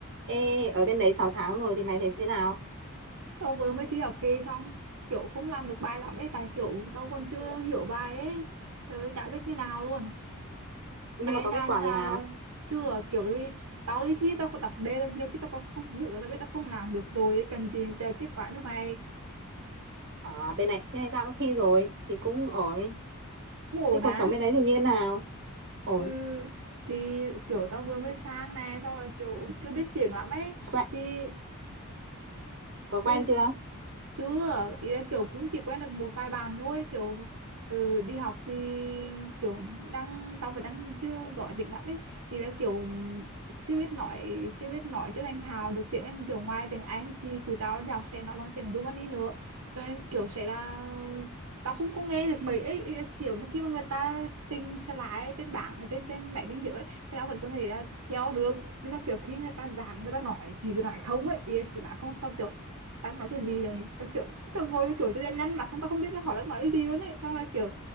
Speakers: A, on the right (about 55°); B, on the right (about 80°).
A: Ê, ở bên đấy 6 tháng rồi thì mày thấy thế nào?
B: Tao vừa mới thi học kỳ xong kiểu không làm được bài lắm ấy tại kiểu tao còn chưa hiểu bài ấy trời ơi, chả biết như nào luôn
A: Nhưng
B: mày
A: mà
B: ở
A: có
B: nhà
A: kết quả
B: như nào
A: rồi hả?
B: rồi chưa kiểu đi tao đi thi tao còn đọc đề tao- nhiều khi tao còn không hiểu là tao biết tao không làm được rồi ấy, cần gì chờ kết quả nữa mày
A: À, bên này, bên này tao cũng thi rồi, thì cũng ổn.
B: cũng ổn
A: Thế cuộc
B: á
A: sống bên đấy thì như thế nào? Ổn.
B: ừ thì kiểu tao vừa mới sang này xong rồi kiểu chưa biết tiếng lắm ấy
A: Quen,
B: vì
A: có
B: vì
A: quen chưa?
B: chưa ý là kiểu cũng chỉ quen được một vài bạn thôi kiểu ừ, đi học thì kiểu đang tao vẫn đang chưa giỏi tiếng lắm ấy ý là kiểu chưa biết nói chưa biết nói chưa thành thạo được tiếng Anh kiểu ngoài tiếng Anh thì tụi tao đi học sẽ nói bằng tiếng Rumani nữa cho nên kiểu sẽ là tao không có nghe được mấy ấy. Ý là kiểu khi mà người ta trình slide trên bảng ở trên trên máy tính giữa ấy, thì tao vẫn có thể là theo được nhưng mà kiểu khi người ta giảng người ta nói chỉ nói không ấy ý là chỉ nói không tao kiểu tao nói cái gì đấy tao kiểu tao ngồi tao kiểu tao nhăn mặt xong tao không biết tao hỏi đang nói cái gì nữa ấy xong là kiểu